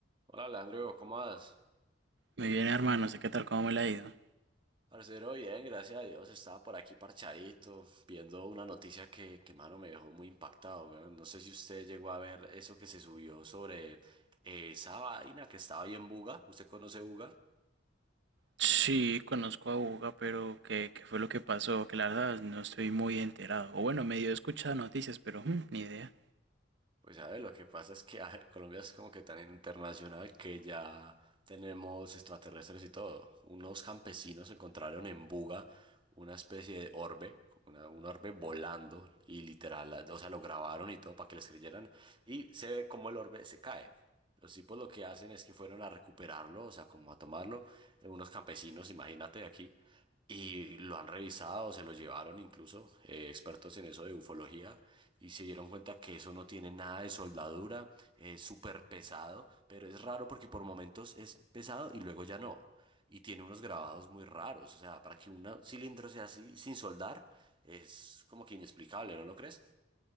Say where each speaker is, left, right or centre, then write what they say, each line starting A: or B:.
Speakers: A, on the right; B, on the right.
A: Hola, Leandro, ¿cómo vas?
B: Muy bien, hermano, sé qué tal, cómo me la ha ido.
A: Parcero, bien, gracias a Dios. Estaba por aquí parchadito, viendo una noticia que, que mano, me dejó muy impactado, weón. No sé si usted llegó a ver eso que se subió sobre eh, esa vaina que estaba ahí en Buga. ¿Usted conoce Buga?
B: Sí, conozco a Buga, pero ¿qué, qué fue lo que pasó? Que la verdad no estoy muy enterado. O bueno, medio he escuchado noticias, pero mm, ni idea.
A: Pues a ver, lo que pasa es que a ver, Colombia es como que tan internacional que ya tenemos extraterrestres y todo. Unos campesinos encontraron en Buga una especie de orbe, como una, un orbe volando y literal, la- o sea, lo grabaron y todo para que les creyeran y se ve como el orbe se cae. Los tipos lo que hacen es que fueron a recuperarlo, o sea, como a tomarlo, eh, unos campesinos, imagínate aquí, y lo han revisado, se lo llevaron incluso eh, expertos en eso de ufología y se dieron cuenta que eso no tiene nada de soldadura, es súper pesado, pero es raro porque por momentos es pesado y luego ya no. Y tiene unos grabados muy raros, o sea, para que un cilindro sea así sin soldar es como que inexplicable, ¿no lo crees?